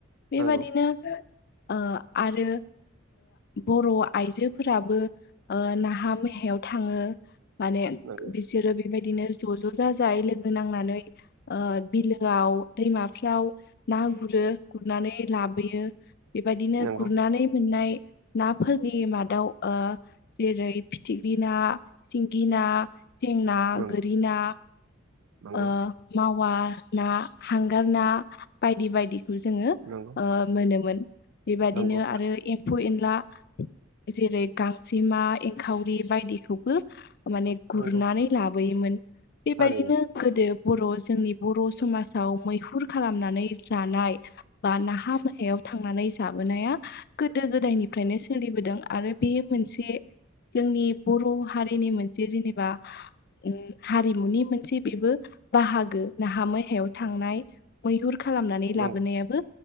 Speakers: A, on the left; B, on the right.
A: बेबादिनो
B: नंगौ
A: ओ आरो। बर' आइजोफोराबो नाहा मैहायाव थाङो। माने
B: नंगौ
A: बिसोरो बेबायदिनो ज' ज' जाजाय लोगो नांनानैओ ओ बिलोआव दैमाफ्राव ना गुरो गुरनानै लाबोयो। बेबायदिनो
B: नंगौ
A: गुरनानै मोननायो नाफोरनि मादाव जेरै फिथिख्रि ना, सिंगि ना सें ना
B: नंगौ
A: गोरि ना
B: नंगौ
A: ओ मावा ना हांगार ना बायदि बायदिखौ जोङो।
B: नंगौ
A: मोनोमोन बेबायदिनो
B: नंगौ
A: आरो एम्फौ एनला। जेरै गांजेमा एंखावरि बायदिखौबो माने
B: नंगौ
A: गुरनानै लाबोयोमोन बेबादिनो
B: थारैनो
A: गोदो बर' जोंनि बर' समाजाव मैहुर खालामनानै जानायो बा नाहा मैहायाव थांनानै जाबोनाया गोदो गोदायनि फ्रायनो सोलिबोदों आरो बेयो मोनसे। जोंनि बर' हारिनि मोनसे जेनेबा ओ उम हारिमुनि मोनसे बेबो बाहागो नाहा मैहायाव थांनायो मैहुर खालामनानै लाबोनायाबो
B: नंगौ